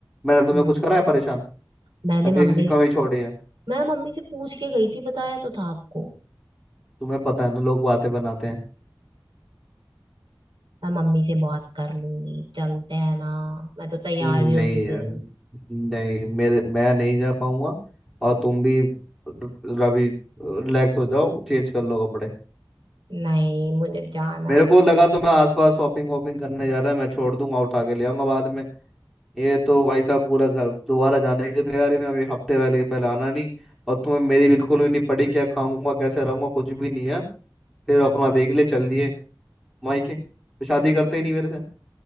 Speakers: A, in the centre; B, on the right (about 85°).
A: मैंने तुम्हें
B: हम्म,
A: कुछ करा है परेशान
B: मैंने
A: या किसी
B: मम्मी
A: से कमी छोड़ी है
B: मैं मम्मी से पूछ के गई थी बताया तो था आपको
A: तुम्हें पता है ना लोग बातें बनाते हैं
B: मैं मम्मी से बात कर लूंगी चलते हैं ना मैं तो तैयार
A: नहीं
B: भी हो चुकी
A: है
B: हूँ
A: नहीं मेरे मैं नहीं जा पाऊंगा और तुम भी रवि रिलैक्स हो जाओ चेंज कर लो कपड़े
B: नहीं मुझे जाना
A: मेरे
B: है
A: को लगा तो मैं आसपास शॉपिंग वॉपिंग करने जा रहा है मैं छोड़ दूंगा उठा के ले आऊंगा बाद में ये तो भाई साहब पूरा घर दोबारा जाने की तैयारी में अभी हफ्ते पहले के पहले आना नहीं और तुम्हें मेरी बिल्कुल भी नहीं पड़ी क्या खाऊंगा कैसे रहूंगा कुछ भी नहीं है फिर अपना देख ले चल दिए माई के तो शादी करते ही नहीं मेरे से